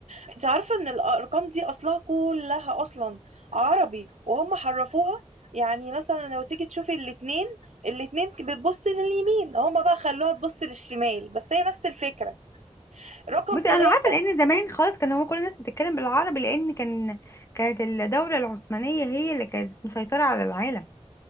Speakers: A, on the right; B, on the left.
A: انت عارفه ان الارقام دي اصلها كلها اصلا عربي وهم حرفوها يعني مثلا لو تيجي تشوفي الاثنين الاثنين بتبص لليمين هم بقى خلوها تبص للشمال بس هي نفس الفكره رقم
B: بصي
A: ثلاثه
B: انا عارفه لان زمان خالص كان هو كل الناس بتتكلم بالعربي لان كان كانت الدوله العثمانيه هي اللي كانت مسيطره على العالم